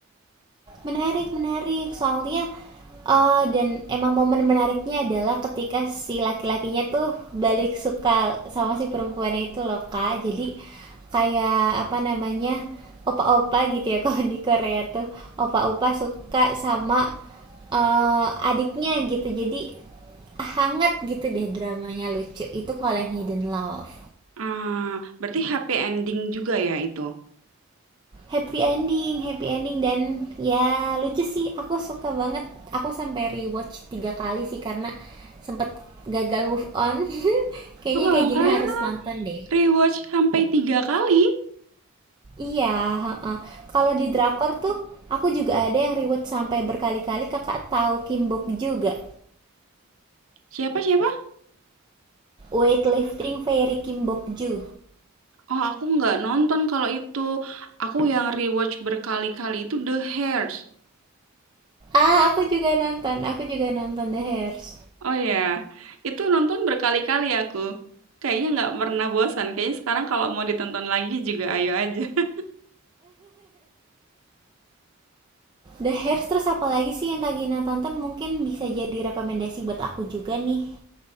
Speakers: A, on the right; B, on the right.
A: Menarik menarik. Soalnya, eee, dan emang momen menariknya adalah ketika si laki-lakinya tuh balik suka sama si perempuannya itu loh, Kak. Jadi kayak, apa namanya, opa-opa gitu ya <laughs> kalau di Korea tuh, opa-opa suka sama, eee, adiknya gitu. Jadi hangat gitu deh dramanya, lucu. Itu kalau yang Hidden Love.
B: Ah, berarti happy ending juga ya itu?
A: happy ending happy ending dan ya lucu sih aku suka banget aku sampai rewatch tiga kali sih karena sempet gagal move on <laughs> kayaknya
B: Wah,
A: kayak gini harus nonton deh
B: rewatch sampai tiga kali?
A: iya heeh. kalau di drakor tuh aku juga ada yang rewatch sampai berkali-kali kakak tahu Kim Bok juga
B: Siapa siapa?
A: weightlifting fairy Kim Bok Ju
B: Oh, aku nggak nonton kalau itu. Aku yang rewatch berkali-kali itu The Hairs.
A: ah aku juga nonton aku juga nonton The Hairs
B: Oh ya, itu nonton berkali-kali aku. Kayaknya nggak pernah bosan. Kayaknya sekarang kalau mau ditonton lagi juga ayo aja. <laughs>
A: The Hairs terus apa lagi sih yang Kak Gina tonton mungkin bisa jadi rekomendasi buat aku juga nih